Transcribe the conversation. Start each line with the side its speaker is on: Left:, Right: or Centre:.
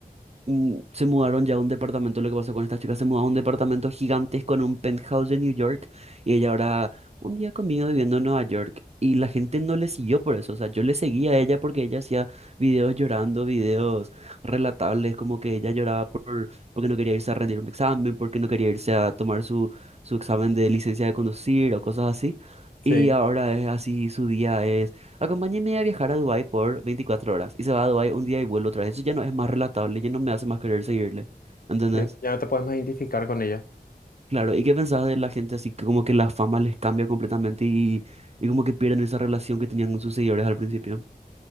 Right: mm, se mudaron ya a un departamento, lo que pasó con esta chica, se mudó a un departamento gigantesco en un penthouse de New York y ella ahora un día conmigo viviendo en Nueva York y la gente no le siguió por eso, o sea, yo le seguía a ella porque ella hacía videos llorando, videos relatables, como que ella lloraba por, porque no quería irse a rendir un examen, porque no quería irse a tomar su, su examen de licencia de conducir o cosas así.
Left: Sí,
Right: Y ahora es así, su día es... Acompáñeme a viajar a Dubái por 24 horas y se va a Dubái un día y vuelve otra vez. Eso ya no es más relatable, ya no me hace más querer seguirle. ¿Entendés?
Left: sí, ya no te puedes más identificar con ella.
Right: Claro, ¿y qué pensás de la gente así que como que la fama les cambia completamente y, y como que pierden esa relación que tenían con sus seguidores al principio?